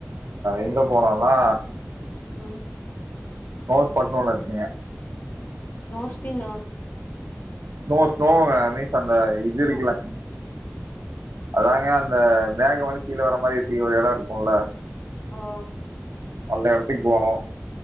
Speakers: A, on the right (about 85°); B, on the left (about 45°).
A: எங்க போனோனா
B: ம்
A: நோத் பட்னோனு இருக்குங்க
B: நோஸ்பின்னாஸ்
A: ஸ்னோ ஸ்னோங்க மீன்ஸ் அந்த இது இருக்குலங்க
B: நோ
A: அதாங்க அந்த மேகவந்து கீழ வர்ர மாரி இருட்டி ஒரு எட இருக்குல
B: ஆ
A: அந்த எடத்துக் போனோ